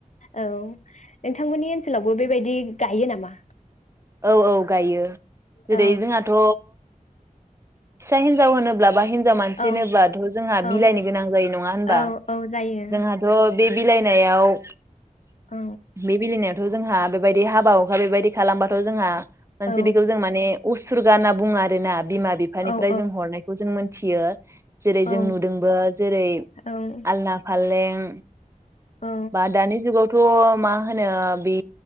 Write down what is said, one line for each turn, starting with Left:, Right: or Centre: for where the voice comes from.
Left: औ नोंथांमोननि ओनसोलावबो बेबायदि गायो नामा?
Right: औ औ गायो
Left: औ
Right: जेरै जोंहाथ' फिसा हिनजाव होनोब्ला बा हिन हिन्जाव मानसि
Left: औ
Right: होनोबाथ जोंहा
Left: औ
Right: बिलाइनो गोनां जायो नङा होनबा
Left: औ औ जायो
Right: जोंहाथ बे बिलाइनायाव ।
Left: औ
Right: बि लायनायाव जोंहा बेबायदि हाबा हुखा बेबायदि खालामबाथ जोंहा मोनसे
Left: औ
Right: बिखौ जों माने उसुरगा होनना बुङो आरो ना बिमा बिफानिफ्राय
Left: औ
Right: जों हरनायखौ जों मोन थियो। जेरै
Left: औ
Right: जों नुदोंबो जेरै
Left: औ
Right: आलना फालें ओम
Left: औ
Right: बा दानि जुगाव । थ मा होनो बि